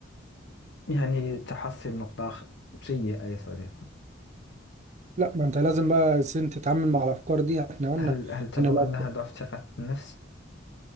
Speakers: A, on the left; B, on the right.
A: يعني تحصل نقطة خ- سيئة يا صديقي
B: لا ما انت لازم بقى سن تتعامل مع الافكار دي احنا قلنا
A: هل هل تظن
B: ان الافكار
A: أنها ضعف ثقة النفس؟